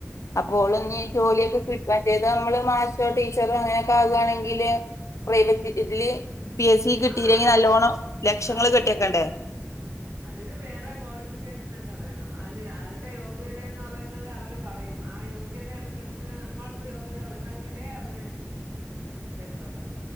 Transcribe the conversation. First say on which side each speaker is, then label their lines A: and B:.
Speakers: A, on the left (about 70°); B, on the right (about 65°).
A: അപ്പൊ ഓള് നി ജോലിയൊക്കെ കിട് മറ്റേതമ്മള് മാശോ, ടീച്ചറോ അങ്ങനെയൊക്കെ ആകാണെങ്കില് പ്രൈവറ്റ് ഇതില് പി എസ് സി കിട്ടിയില്ലെങ്കി
B: ആഹ് ആഹ്
A: നല്ലോണം
B: ആഹ്
A: ലക്ഷങ്ങള്
B: അതിന്
A: കെട്ടിവെക്കണ്ടേ.
B: ഒരുപാട് അതിന് വേറെ കോളിഫിക്കേഷനൊക്കെ വേണം. അന്ന് അതിന്റെ യോഗ്യതേന്ന് പറയുന്നത് അവര് പറയും. ആ യോഗ്യതേനുസരിച്ച് അമ്മൾക്ക് യോഗ്യത ഒണ്ടെങ്കിലേ അവര്
A: <inaudible>
B: ത്തര്ത്തോള്